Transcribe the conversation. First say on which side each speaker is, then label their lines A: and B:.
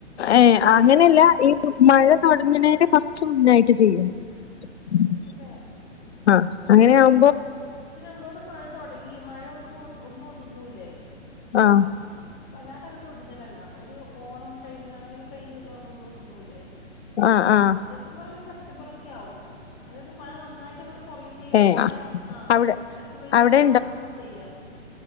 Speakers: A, on the left (about 65°); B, on the left (about 25°).
A: ഏഹ് അങ്ങനെയല്ല ഈ മഴ തുടങ്ങണേന് കുറച്ച് മുന്നായിട്ട് ചെയ്യും <inaudible>
B: അതേ
A: ആഹ് അങ്ങനെ ആകു
B: പക്ഷ് പക്ഷെ നമ്മളവിടെ മഴ തൊടങ്ങി മഴ ഒന്ന് ഒന്ന് ഒതുങ്ങൂലേ?
A: ആഹ്
B: വല്ലാണ്ട് അങ്ങട്ട് ഒതുങ്ങലല്ല ഒരു ഓണം ടൈമ് അങ്ങനെയൊക്കെയിട്ട് ഒതുങ്ങൂല്ലേ
A: ആഹ് ആഹ്
B: ശരിക്കും പറഞ്ഞാ ഒരു സെപ്റ്റംബർ ഒക്കെ ആവും. അതായത് മഴ നന്നായിട്ട് അങ്ങട്ട് കൊറിം ചെയ്യില്ല
A: ഏ
B: എന്നാല് ആഹ് ആ
A: അവിടെ
B: ഇടക്ക് പെയ്യുന്ന
A: അവിടെ
B: ഒരു ആഹ് സമയത്ത് ചെയ്യ